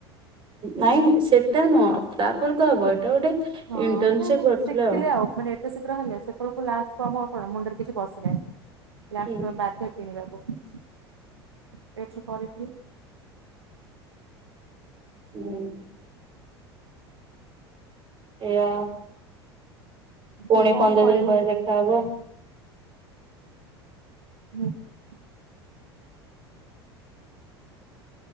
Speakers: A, on the right; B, on the right.
A: ନାଇଁନାଁଇ ସେଟା ନୁହଁ, ତାପରେ ତ ହବ ଏଟା ଗୋଟେ
B: ହଁ
A: ଇଣ୍ଟର୍ନସିପ
B: ମାନେ
A: କରିଥିଲେ
B: ଶିଖିଲେ ଆଉ, ମାନେ ଏତେ ଶୀଘ୍ର ହେଲେ ସେତେବେଳ ଲାଷ୍ଟ ଆମ କଣ ମୁଣ୍ଡରେ କିଛି ପସିଲାନି, ଲାଷ୍ଟ
A: ହୁଁ
B: ପୁରା ବାଧ୍ୟ କିିଣିବାକୁ । ଏଠି କରିଥିଲେ ।
A: ହୁଁ । ଏଆ ପୁଣି
B: ତୁ କଣ
A: ପନ୍ଦର
B: କରିବୁ
A: ଦିନ ପରେ ଦେଖାହବ ।
B: ହୁଁ ।